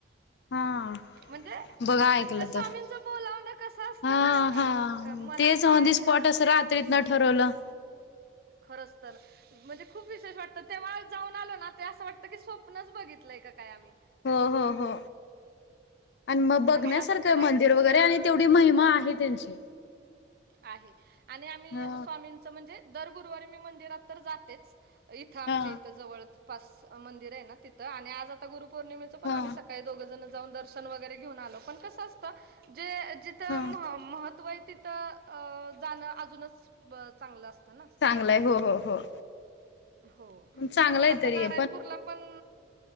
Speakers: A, on the left; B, on the right.
A: हां.
B: म्हणजे
A: बघा ऐकलं
B: क स्वामींचं
A: तर,,
B: बोलावणं कसं असतं
A: हा
B: बघा ना
A: हा
B: मनात
A: तेच
B: नाही
A: ऑन दी
B: ध्यानात
A: स्पॉट
B: नाही
A: रात्रीतनं ठरवलं.
B: खरंच तर. म्हणजे खूप विशेष वाटतं, तेव्हा जाऊन आलो ना ते असं वाटतं की, स्वप्नच बघितलंय का काय आम्ही.
A: हो हो हो. आणि मग बघण्यासारखं
B: आता परत
A: आहे मंदिर वगैरे, आणि तेवढी महिमा
B: खूप
A: आहे त्यांची.
B: आहे आणि आम्ही
A: हा.
B: स्वामींच म्हणजे दर गुरुवारी मी मंदिरात तर जातेच. इथं आमच्या
A: हा
B: इथं जवळपास मंदिर आहे ना तिथं आणि आज आता गुरुपौर्णिमेच पण
A: हा
B: आम्ही स काही दोघंजण जाऊन दर्शन वगैरेन आलो. पण कसं असतं जे जिथं
A: हा.
B: म-महत्त्व आहे तिथं अं जाणं अजूनच अ चांगलं असतं. ना
A: चांगलंय हो हो हो.
B: हो.
A: चांगलं आहे
B: आता
A: तरी
B: नारायणपूरला पण